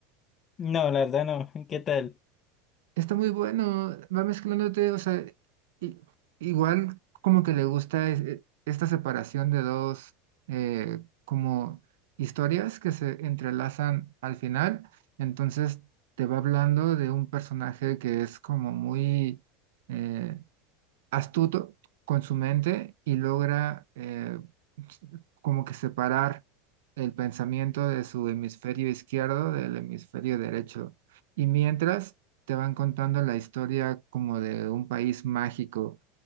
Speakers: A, on the left; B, on the right.
A: No, la verdad no. <laughs> ¿Qué tal?
B: Está muy bueno, va mezclándote, o sea, i- igual como que le gusta es- e- esta separación de dos eh, como historias que se entrelazan al final. Entonces te va hablando de un personaje que es como muy... eh, astuto con su mente y logra eh, como que separar el pensamiento de su hemisferio izquierdo del hemisferio derecho. Y mientras te van contando la historia como de un país mágico,